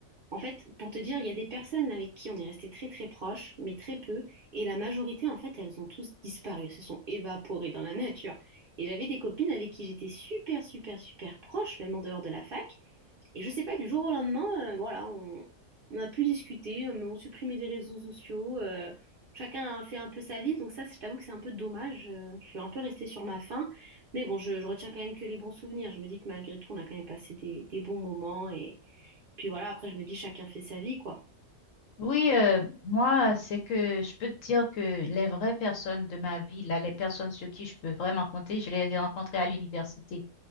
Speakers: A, on the right; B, on the left.
A: En fait, pour te dire, il y a des personnes avec qui on est resté très très proches, mais très peu, et la majorité, en fait, elles ont tous disparu, elles se sont évaporées dans la nature. Et j'avais des copines avec qui j'étais super super super proche, même en dehors de la fac, et je sais pas, du jour au lendemain, euh, voilà, on on n'a plus discuté, euh, mais on supprimait des réseaux sociaux, euh, chacun a fait un peu sa vie, donc ça, je t'avoue que c'est un peu dommage, euh, je suis un peu restée sur ma faim, mais bon, je, je retiens quand même que les bons souvenirs, je me dis que malgré tout, on a quand même passé des, des bons moments, et puis voilà, après, je me dis, chacun fait sa vie, quoi.
B: Oui, euh, moi, c'est que je peux te dire que les vraies personnes de ma vie, là, les personnes sur qui je peux vraiment compter, je les ai rencontrées à l'université.